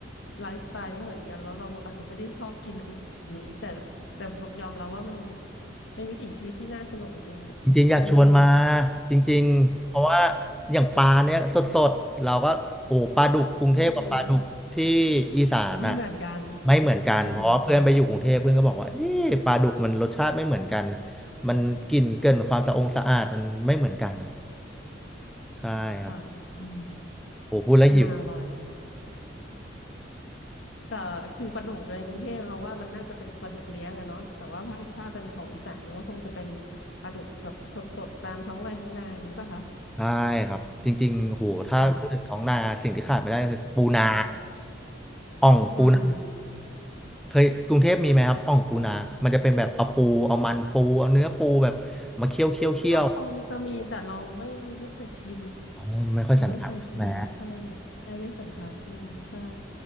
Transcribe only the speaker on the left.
ไลฟ์สไตล์ไม่เหมือนกันแล้วเราอาจจะไม่ได้ชอบกินอะไรแบบนี้แต่แต่ยอมรับว่ามันเป็นวิถีชีวิตที่น่าสนุกจริงอ่ะอืม
อืม
ไม่เหมือนกัน
อืม
ค่ะอืม
น่าอร่อย แต่คือปลาดุกในกรุงเทพเราว่ามันน่าจะเป็นปลาดุกเลี้ยงอะเนาะแต่ว่าถ้าถ้าเป็นของอีสานมันก็คงจะเป็นปลาดุกแบบสดๆตามท้องไร่ท้องนาอย่างนี้ป่ะคะ
อืม
อืม
ก็คงจะมีแต่เราไม่ไม่เคยกิน
เราไม่เคยกินใช่ใช่ไม่สันทัดอืมใช่